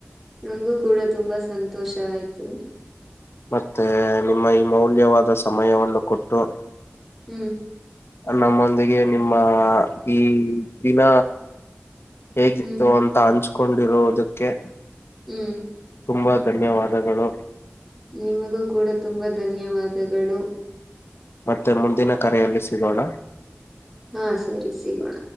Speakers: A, in the centre; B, on the left.
A: ನಂಗು ಕೂಡ ತುಂಬಾ ಸಂತೋಷ ಆಯ್ತು.
B: ಮತ್ತೆ ನಿಮ್ಮ ಈ ಮೌಲ್ಯವಾದ ಸಮಯವನ್ನು ಕೊಟ್ಟು
A: ಹ್ಮ
B: ನಮ್ಮೊಂದಿಗೆ ನಿಮ್ಮ ಈ ದಿನ ಹೇಗಿತ್ತು
A: ಹ್ಮ್
B: ಅಂತ ಹಂಚ್ಕೊಂಡಿರುದಕ್ಕೆ
A: ಹ್ಮ
B: ತುಂಬಾ ಧನ್ಯವಾದಗಳು.
A: ನಿಮಗೂ ಕೂಡ ತುಂಬಾ ಧನ್ಯವಾದಗಳು.
B: ಮತ್ತೆ ಮುಂದಿನ ಕರೆಯಲ್ಲಿ ಸಿಗೋಣ.
A: ಹಾ ಸರಿ ಸಿಗೋಣ.